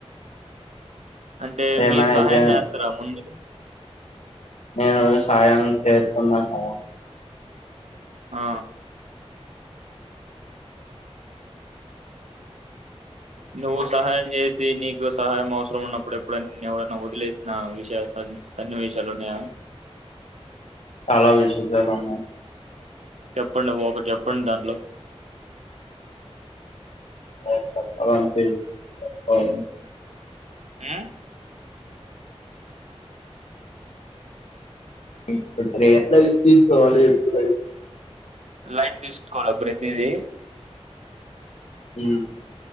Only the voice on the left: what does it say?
ఏమైనా
అయితే
నేను సాయం చేస్తున్నా సాయం
చాలా విశేషాలు ఉన్నాయి
<inaudible>
ఇప్పుడేం లేదు తీసుకోవాలి ఇప్పుడు
ఆ